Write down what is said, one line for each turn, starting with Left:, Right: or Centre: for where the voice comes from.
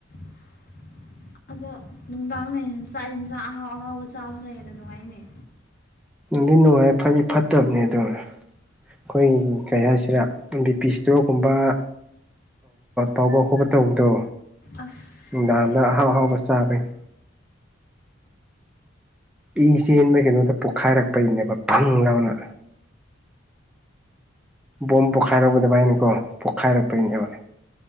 Left: <unintelligible> ꯑꯗꯣ ꯅꯨꯡꯗꯥꯡꯅ ꯆꯥꯛ ꯌꯦꯟꯁꯥꯛ ꯑꯍꯥꯎ ꯑꯍꯥꯎꯕ ꯆꯥꯕꯁꯤꯗ ꯍꯦꯟꯅ ꯅꯨꯡꯉꯥꯏꯅꯩ
Centre: ꯗꯤ ꯅꯨꯡꯉꯥꯏ ꯐꯗꯤ ꯐꯠꯇꯕꯅꯦ ꯑꯗꯨꯝ ꯑꯩꯈꯣꯏꯒꯤ ꯀꯩ ꯍꯥꯏꯁꯤꯗ ꯕꯤ ꯄꯤ ꯏꯁꯇꯣꯛꯒꯨꯝꯕ ꯇꯧꯕ ꯈꯣꯠꯄ ꯇꯧꯕꯗꯣ
Left: ꯑꯁ
Centre: ꯅꯨꯡꯗꯥꯡꯗ
Left: ꯍꯣꯏ
Centre: ꯑꯍꯥꯎ ꯑꯍꯥꯎꯕ ꯆꯥꯕꯩꯅꯤ ꯏ ꯆꯦꯟꯕ ꯀꯩꯅꯣꯗ ꯄꯣꯛꯈꯥꯏꯔꯛꯄꯩꯅꯦꯕ ꯄꯪ ꯂꯥꯎꯅ ꯕꯣꯝ ꯄꯣꯈꯥꯏꯔꯛꯄꯗ ꯚꯥꯏꯅꯦꯀꯣ ꯄꯣꯛꯈꯥꯏꯔꯛꯄꯩꯅꯦꯕ